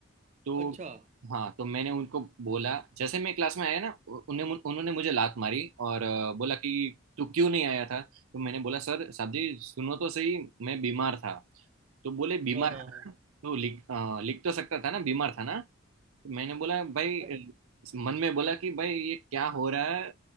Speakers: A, on the right; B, on the right.
A: तो
B: अच्छा
A: हाँ तो मैंने उनको बोला जैसे मैं क्लास में आया ना उ- उन्हें उन्होंने मुझे लात मारी और अ, बोला कि तू क्यों नहीं आया था तो मैंने बोला सर साहब जी सुनो तो सही मैं बीमार था तो बोले बीमार
B: हाँ हाँ
A: था
B: हाँ
A: ना? तो लिख अ, लिख तो सकता था ना बीमार था ना तो मैंने बोला भाई
B: भाई,
A: अ, मन में बोला कि भाई ये क्या हो रहा है